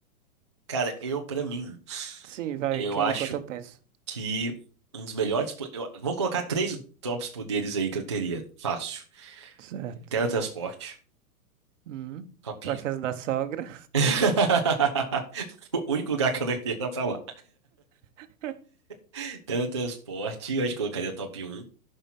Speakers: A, on the right; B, on the right.
A: Cara, eu, pra mim,
B: Sim, vai,
A: eu
B: que eu-
A: acho
B: enquanto eu penso.
A: que um dos melhores. po- eu- vamos colocar três tops poderes aí que eu teria. Fácil.
B: Certo.
A: Teletransporte.
B: Hum.
A: Top.
B: Pra casa da sogra.
A: <laughs> O único lugar que eu não iria era pra lá.
B: <laughs>
A: <laughs> Teletransporte, eu acho que eu colocaria top um